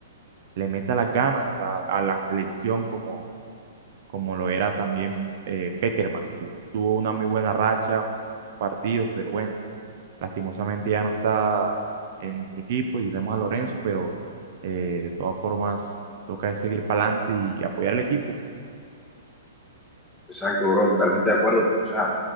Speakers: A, on the right; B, in the centre.
A: le meta las ganas a, a la selección como como lo era también eh, Pekerman, que tuvo una muy buena racha, partidos, pero bueno, lastimosamente ya no está en nuestro equipo y tenemos a Lorenzo, pero eh, de todas formas toca es seguir para adelante y apoyar al equipo.
B: Exacto, bro, totalmente de acuerdo. O sea,